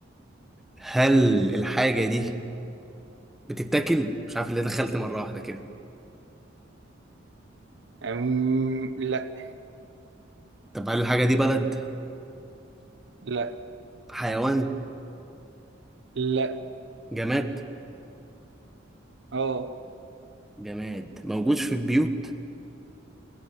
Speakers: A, in the centre; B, on the right (about 65°).
A: هل الحاجة دي بتتاكل؟ مش عارف اللي دخلت مرة واحدة كده
B: أم... لا
A: طب هل الحاجة دي بلد؟
B: لا
A: حيوان؟
B: لا
A: جماد؟
B: أه
A: جماد موجود في البيوت